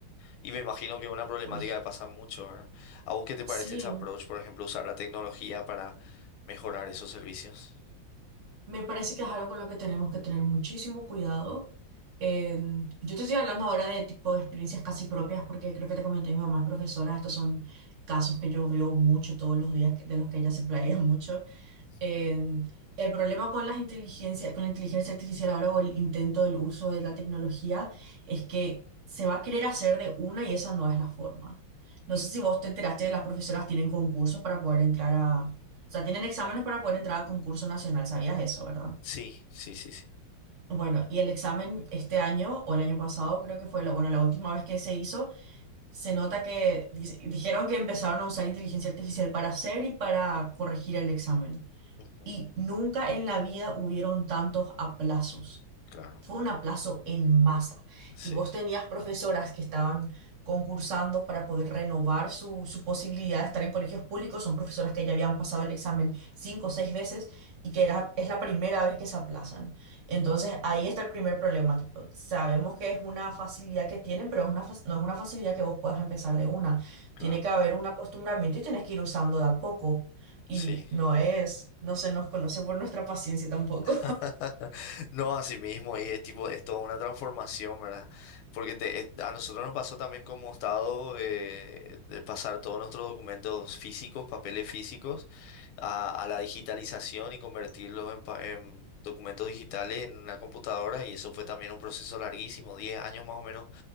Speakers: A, on the left (about 85°); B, on the right (about 45°).
A: Y me imagino que es una problemática
B: uy,
A: que pasa mucho, ¿verdad? ¿A vos qué te
B: sí,
A: parece ese approach, por ejemplo, usar la tecnología para mejorar esos servicios?
B: me parece que es algo con lo que tenemos que tener muchísimo cuidado. Eh, yo te estoy hablando ahora de tipo de experiencias casi propias, porque creo que te comenté, mi mamá es profesora, estos son casos que yo veo mucho todos los días, que- de los que ella se playa <laughs> mucho.
A: Ujú.
B: Eh, el problema con las inteligencias con la inteligencia artificial ahora o el intento del uso de la tecnología es que se va a querer hacer de una y esa no es la forma. No
A: Mm.
B: sé si vos te enteraste, las profesoras tienen concursos para poder entrar a, o sea, tienen exámenes para poder entrar a concurso nacional, ¿sabías eso, verdad?
A: Sí, sí, sí, sí.
B: Bueno, y el examen este año o el año pasado creo que fue la, bueno, la última vez que se hizo, se nota que dice- dijeron que empezaron a usar inteligencia artificial para hacer y para corregir el examen
A: Ujú,
B: y nunca en la vida hubieron tantos aplazos.
A: Claro,
B: Fue un aplazo en masa.
A: sí.
B: Y vos tenías profesoras que estaban concursando para poder renovar su, su posibilidad de estar en colegios públicos. Son profesoras que ya habían pasado el examen cinco o seis veces y que era,
A: Ujú.
B: es la primera vez que se aplazan. Entonces
A: Ah,
B: ahí está el primer problema. tipo, sabemos que es una facilidad que tienen, pero es una, fac- no es una facilidad que vos puedas empezar de una.
A: Claro,
B: Tiene que haber un acostumbramiento y tenés que ir usando de a poco. Y
A: sí.
B: no es, no se nos conoce por nuestra paciencia tampoco.
A: <laughs> No, así mismo, y es tipo, es toda una transformación, ¿verdad? Porque te, eh, a nosotros nos pasó también como estado eh, de pasar todos nuestros documentos físicos, papeles físicos, a, a la digitalización y convertirlos en, pa- en documentos digitales en una computadora, y eso fue también un proceso larguísimo, 10 años más o menos,